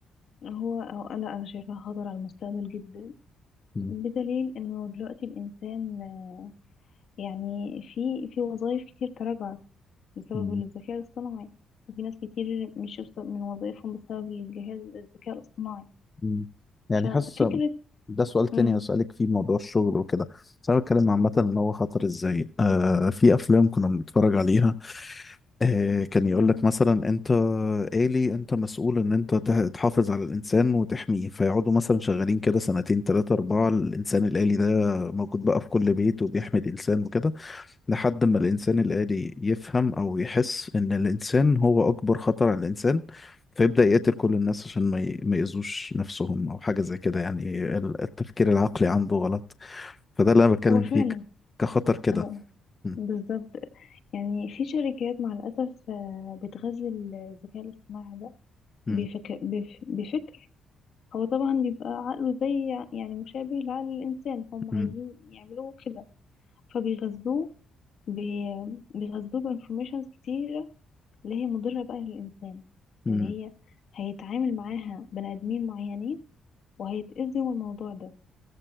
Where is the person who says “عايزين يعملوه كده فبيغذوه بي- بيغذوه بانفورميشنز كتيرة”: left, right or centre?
Left